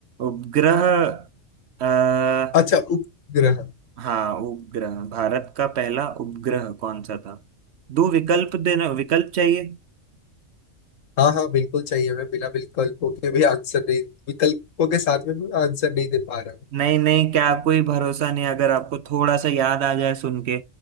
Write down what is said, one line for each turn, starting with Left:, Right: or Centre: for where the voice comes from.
Right: उपग्रह आ,
Left: अच्छा उपग्रह
Right: हाँ उपग्रह भारत का पहला उपग्रह कौन सा था दो विकल्प देना विकल्प चाहिए
Left: हाँ हाँ बिल्कुल चाहिए मैं बिना विकल्पों के भी आंसर नहीं विकल्पों के साथ में भी आंसर नहीं दे पा रहा हूँ
Right: नहीं नहीं क्या कोई भरोसा नहीं अगर आपको थोड़ा सा याद आ जाए सुन के